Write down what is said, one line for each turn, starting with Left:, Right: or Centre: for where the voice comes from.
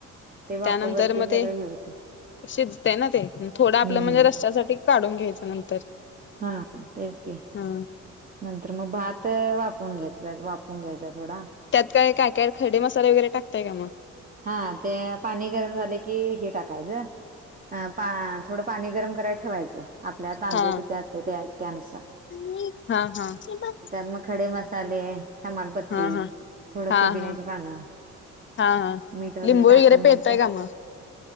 Right: ते वाफेवरती
Left: त्यानंतर मग
Right: सगळे
Left: ते
Right: हे होते.
Left: शिजते ना ते थोडं आपलं
Right: हम्म
Left: म्हणजे रस्यासाठी. काढून घ्यायचं नंतर.
Right: हा तेचकी.
Left: हा
Right: नंतर मग भात वापून घ्यायचा वापून घ्यायचा थोडा
Left: त्यात काय काय काय खडे मसाला वगैरे टाकतय का मग
Right: हा ते पाणी गरम झाले की हे टाकायचं. अ पा थोडं पाणी गरम करायला ठेवायचं आपल्या तांदूळ
Left: हा
Right: किती असते ते त्यानुसार
Left: हा हा हा
Right: त्या मग खडे मसाले तमालपत्री
Left: हा
Right: थोडं
Left: हा
Right: पुदिन्याची
Left: हा
Right: पानं
Left: हा हा
Right: मीठ
Left: लिंबू
Right: टाकून
Left: वगैरे
Right: मग
Left: पेहताय
Right: त्या
Left: का म